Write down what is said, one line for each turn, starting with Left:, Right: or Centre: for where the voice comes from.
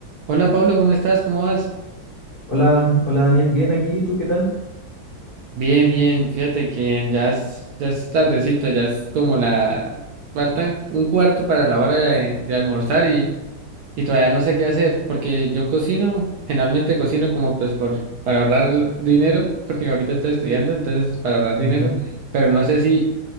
Right: Hola Pablo, ¿cómo estás? ¿Cómo vas?
Left: Hola, hola Daniel, bien aquí, ¿tú qué tal?
Right: Bien, bien, fíjate que ya es, ya es tardecito, ya es como la... Falta un cuarto para la hora de, de almorzar y, y todavía no sé qué hacer, porque yo cocino, generalmente cocino como pues por, para ahorrar dinero, porque ahorita estoy estudiando, entonces para ahorrar dinero,
Left: Ujú.
Right: pero no sé si